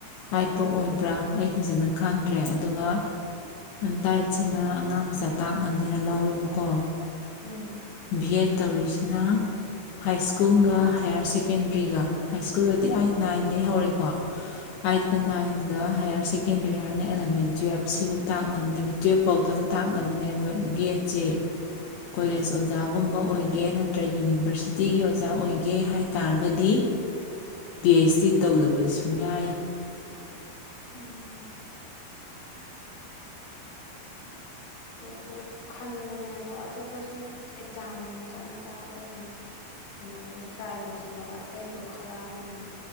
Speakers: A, on the left (about 80°); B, on the left (about 65°).
A: ꯍꯥꯏꯠꯄꯧ
B: ꯑꯥ
A: ꯑꯣꯏꯕ꯭ꯔꯥ ꯑꯩ ꯐꯖꯅ ꯈꯪꯗ꯭ꯔꯦ ꯑꯗꯨꯒ ꯗꯥꯏꯠꯁꯤꯅ ꯑꯉꯥꯡ ꯃꯆꯥ ꯇꯥꯛꯅꯕꯅꯦꯅ ꯂꯧꯋꯦꯕꯀꯣ
B: ꯎꯝ
A: ꯌꯩꯠ ꯇꯧꯔꯤꯁꯤꯅ ꯍꯥꯏ ꯁ꯭ꯀꯨꯜꯒ ꯍꯥꯏꯌꯔ ꯁꯦꯀꯦꯟꯗꯔꯤꯒ ꯍꯥꯏ ꯁ꯭ꯀꯨꯜꯗꯗꯤ
B: ꯎꯝ
A: ꯑꯥꯏꯠ ꯅꯥꯏꯟꯗꯩ ꯍꯧꯔꯦ ꯄꯥ ꯑꯩꯏꯠ
B: ꯎꯝ
A: ꯀꯥ ꯅꯥꯏꯟꯒ ꯍꯥꯌꯔ ꯁꯦꯀꯦꯟꯗ꯭ꯔꯤ ꯍꯥꯏꯔꯒꯅꯥ ꯑꯦꯂꯚꯦꯟ ꯇꯨꯋꯜꯞ ꯁꯤꯐꯥꯎ ꯇꯥꯛꯅꯕꯅꯦꯕ ꯇꯨꯌꯦꯜꯐꯥꯎꯗꯪ ꯇꯥꯛꯅꯕꯅꯦꯕ ꯕꯤ ꯑꯦꯗꯁꯦ ꯀꯣꯂꯦꯁ ꯑꯣꯖꯥꯒꯨꯝꯕ ꯑꯣꯏꯒꯦ ꯅꯠꯇ꯭ꯔ ꯌꯨꯅꯤꯚꯔꯁꯤꯇꯤꯒꯤ ꯑꯣꯖꯥ ꯑꯣꯏꯒꯦ ꯍꯥꯏꯇꯥꯔꯒꯗꯤ ꯄꯤ ꯑꯩꯆ ꯗꯤ ꯇꯧꯗꯕ ꯁꯨꯡ ꯌꯥꯏ
B: ꯎꯝ ꯇꯣ ꯑꯗꯨ ꯈꯟꯕꯅꯦ ꯑꯗꯣ ꯑꯇꯣꯞꯄ ꯁꯨꯝ ꯑꯦꯛꯖꯥꯝ ꯃꯆꯥ ꯃꯆꯥ ꯑꯇꯩ ꯍꯨꯝ ꯀꯩꯅꯣꯒꯨꯝꯕ ꯇ꯭ꯔꯥꯏ ꯇꯧꯁꯤꯜꯂꯒ ꯑꯇꯩꯗꯣ ꯈꯜꯂꯛꯑꯒꯅ